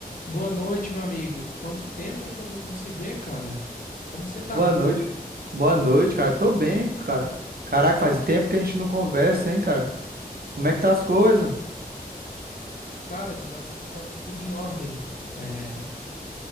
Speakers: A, on the left; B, on the right.
A: Boa noite, meu amigo. Quanto tempo, hein, que a gente não se vê, cara? Como você tá?
B: Boa noite. Boa noite, cara. Tô bem, cara. Caraca, faz tempo que a gente não conversa, hein, cara? Como é que tá as coisas?
A: Cara, do lado de cá tá tudo em ordem. É,